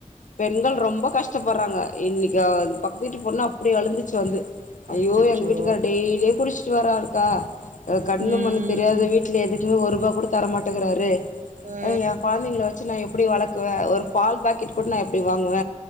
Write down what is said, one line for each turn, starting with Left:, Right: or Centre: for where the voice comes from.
Left: பெண்கள் ரொம்ப கஷ்டப்பறாங்க இன்னிக்கி பக்த்துவீட்டு பொண்ணு அப்டி அழுதுச்சு வந்து ஐயோ
Right: அச்சச்சோ
Left: எங்க வீட்டுக்கார் டெய்லி குடிச்சு வரார்க்கா கண்ணு
Right: ம்
Left: மண்ணு தெரியாத வீட்ல எதுக்குமே ஒருபா கூட தரமாட்டுகறாரு
Right: அ
Left: எ கொழந்தைங்கள வச்சு நா எப் எப்டி வளக்குவ ஒரு பால் பாக்கிட் கூட நா எப்டி வாங்குவ